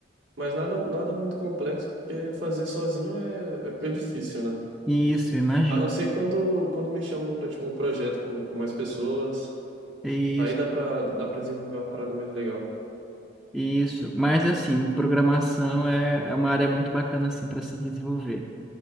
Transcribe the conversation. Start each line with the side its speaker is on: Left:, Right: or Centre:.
Right: mas nada, nada muito complexo, porque fazer sozinho é, é, é difícil, né?
Centre: isso, imagino.
Right: A não ser quando, quando me chamam pra, tipo, um projeto com, com mais pessoas,
Centre: Isso,
Right: aí dá pra, dá pra desenvolver uma parada mais legal.
Centre: isso. Mas assim, programação é, é uma área muito bacana assim para se desenvolver.